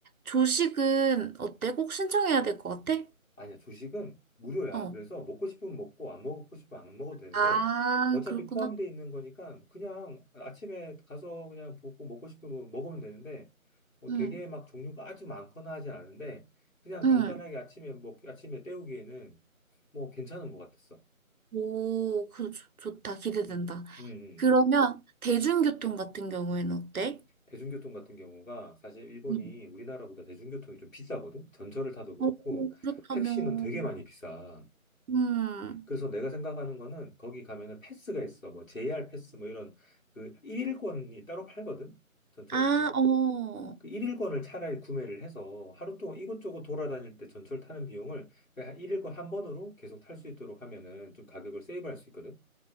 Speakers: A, on the right; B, on the left.
A: 조식은 어때? 꼭 신청해야 될 것 같아?
B: 아니야, 조식은 무료야.
A: 어.
B: 그래서 먹고 싶으면 먹고 안 먹고 싶으면 안 먹어도 되는데
A: 아,
B: 어차피
A: 그렇구나.
B: 포함되어 있는 거니까 그냥 아침에 가서 그냥 보고 먹고 싶으면 먹으면 되는데 뭐
A: 응,
B: 되게 막 종류가 아주 많거나 하진 않은데 그냥 간단하게
A: 응.
B: 아침에 먹 아침에 때우기에는 뭐 괜찮은 것 같았어.
A: 오, 그 좋- 좋다. 기대된다.
B: 음, 음, 음.
A: 그러면
B: 음.
A: 대중교통 같은 경우에는 어때?
B: 대중교통 같은 경우가 사실 일본이
A: 응.
B: 우리나라보다 대중교통이 좀 비싸거든. 전철을 타도 그렇고
A: 어, 그렇다면,
B: 택시는 되게 많이 비싸.
A: 음.
B: 그래서 내가 생각하는 거는 거기 가면은 패스가 있어. 뭐 JR 패스 뭐 이런 그 일일권이 따로 팔거든. 전철
A: 아,
B: 비용.
A: 어.
B: 그 일일권을 차라리 구매를 해서 하루 동안 이곳저곳 돌아다닐 때 전철 타는 비용을 그냥 일일권 한 번으로 계속 탈 수 있도록 하면은 좀 가격을 세이브할 수 있거든.